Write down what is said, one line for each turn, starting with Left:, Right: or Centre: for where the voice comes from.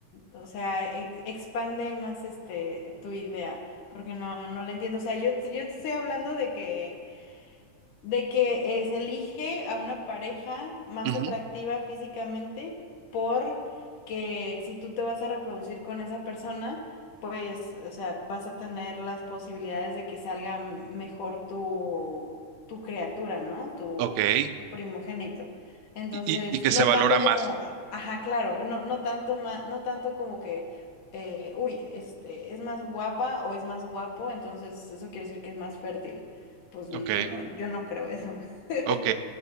Left: o sea, ex- expande más este tu idea, porque no, no la entiendo. O sea, yo, yo te estoy hablando de que de que eh, se elige a una pareja más
Right: Ujú,
Left: atractiva físicamente porque si tú te vas a reproducir con esa persona, pues, o sea, vas a tener las posibilidades de que salga mejor tu, tu criatura, ¿no? Tu,
Right: Ok. Y,
Left: tu primogénito. Entonces,
Right: y- y que
Left: no
Right: se valora
Left: tanto
Right: más.
Left: como, a- ajá, claro, no, no tanto ma- no tanto como que, eh, uy, este, es más guapa o es más guapo, entonces eso quiere decir que es más fértil. Pues n-
Right: Ok,
Left: yo no, yo no creo eso. <laughs>
Right: ok.